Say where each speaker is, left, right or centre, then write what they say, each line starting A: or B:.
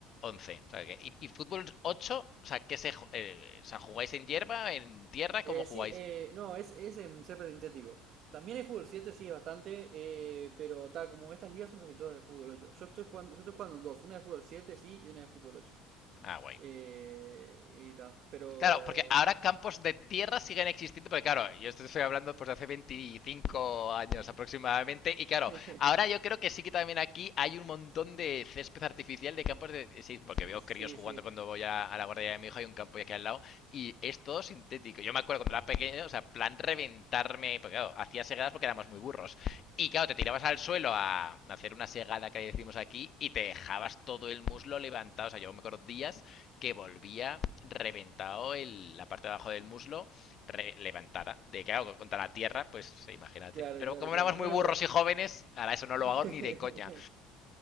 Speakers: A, on the left; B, on the right.
A: once O sea, que- y, y fútbol ocho o sea, que se, eh, o sea, jugáis en hierba, en tierra, ¿cómo
B: Eh,
A: jugáis?
B: sí, eh, no, es, es en césped sintético. También hay fútbol 7 sí, es bastante, eh, pero tal como estas ligas son casi todas de fútbol ocho Yo estoy jugando, yo estoy jugando en dos, una de fútbol 7 sí, y una de fútbol ocho
A: Ah, guay.
B: Eh, y ta, pero...
A: Claro, porque ahora campos de tierra siguen existiendo, porque claro, yo esto estoy hablando pues de hace 25 años aproximadamente, y claro,
B: <laughs>
A: ahora yo creo que sí que también aquí hay un montón de césped artificial de campos de... Sí, porque veo
B: Sí,
A: críos jugando
B: sí.
A: cuando voy a, a la guardería de mi hijo, hay un campo aquí al lado, y es todo sintético. Yo me acuerdo cuando era pequeño, o sea, plan reventarme, porque claro, hacía segadas porque éramos muy burros. Y claro, te tirabas al suelo a hacer una segada que decimos aquí y te dejabas todo el muslo levantado. O sea, yo me acuerdo días que volvía reventado el, la parte de abajo del muslo re- levantada. De claro, contra la tierra, pues sí, imagínate.
B: Claro,
A: Pero
B: claro,
A: como
B: claro.
A: éramos
B: Bueno,
A: muy burros y jóvenes, ahora eso no
B: <laughs>
A: lo hago ni de coña.